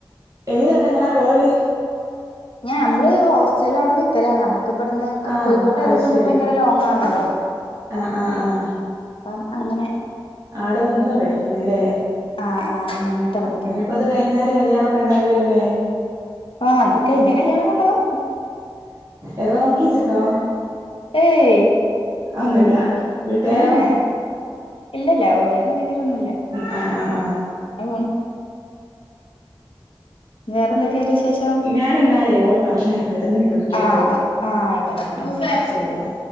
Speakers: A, on the right; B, on the left.
A: ഇലഏട്ട എങ്ങനാ പോകല്.
B: ഞ്ഞേ ഞമ്മള് ഹോസ്റ്റൽല് ആയോണ്ട് നിക്കലാ നമ്മക്ക് ഇബട്ന്ന്
A: ആഹ്
B: കോയ്ക്കോട്
A: അത്
B: ആയതോണ്ട്
A: ശരി
B: നമുക്ക് ഭയങ്കര ലോങ്ങ് ആണല്ലോ
A: ആഹ് ആഹ് ആഹ്
B: അപ്പം അങ്ങനെ
A: ആടെ നിന്ന് പഠിക്കുന്ന് ലേ
B: ആഹ് ആഹ് നിന്നിട്ടാ പഠിക്കണെ
A: ആ അയ്‌നപ്പത് കയ്ഞ്ഞാല് കല്യാണൊക്കെ ഇണ്ടാവല്ലൊല്ലോ ലേ
B: ആഹ് ഇത് കയ്ഞ്ഞാ കല്യാണക്കെ ഇണ്ടാവും.
A: ഏതോ നോക്കിയേച്ച്ക്കോ
B: ഏയ്
A: അതൊന്നുല്ല വീട്ടാരോ
B: ഏഹ് ഇല്ലല്ല വീട്ടാര് നോക്ക്യേച്ചിട്ടൊന്നുംല്ല
A: ആഹ് ആഹ് ആഹ്
B: പോണ് വേറെന്തൊക്കെ വിശ് ശേഷം
A: ഞാനെന്നാലേ ഓള് പറഞ്ഞയക്കട്ടെ എന്നിട്ട് വിളിക്കട്ടോ
B: ആഹ് ആഹ് ആയിക്കോട്ടെ യ്ക്കോട്ടേ
A: ആഹ് ശരി എന്നാ